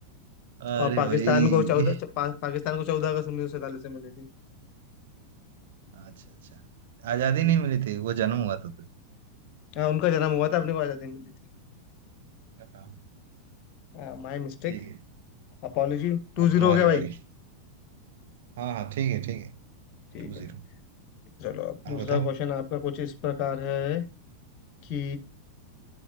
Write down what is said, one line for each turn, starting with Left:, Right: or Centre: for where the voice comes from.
Right: अरे
Left: और पाकिस्तान
Right: भाई
Left: को चौदह पा, पाकिस्तान को चौदह अगस्त उन्नीस सौ सैतालीस में मिली थी
Right: अच्छा अच्छा आजादी
Left: हम्म,
Right: नहीं मिली थी वो जन्म हुआ था तुझे
Left: हाँ उनका जन्म हुआ
Right: ठीक
Left: था अपने
Right: है
Left: को आजादी मिली थी
Right: हाँ
Left: <laughs> माई मिस्टेक
Right: ठीक है
Left: अपॉलोजी टू
Right: अब
Left: जीरो
Right: तुम्हारी
Left: हो गया
Right: बारी
Left: भाई
Right: हाँ हाँ ठीक है ठीक है
Left: ठीक
Right: Two zero
Left: है चलो अब दूसरा
Right: हाँ बताओ
Left: क्वेश्चन आपका कुछ इस प्रकार है कि